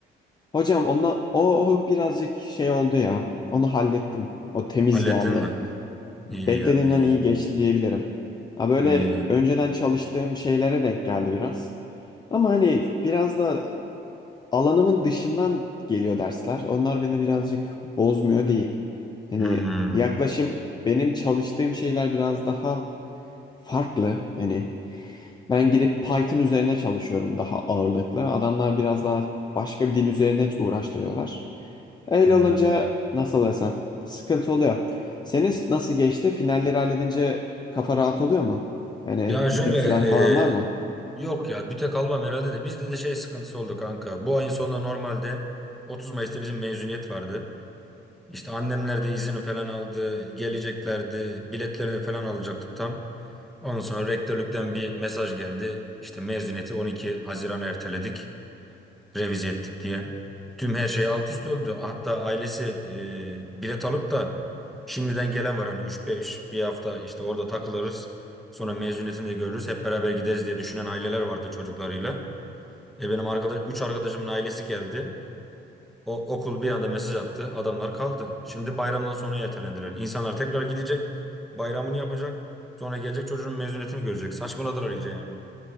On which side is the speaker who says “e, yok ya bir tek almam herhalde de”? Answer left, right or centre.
Centre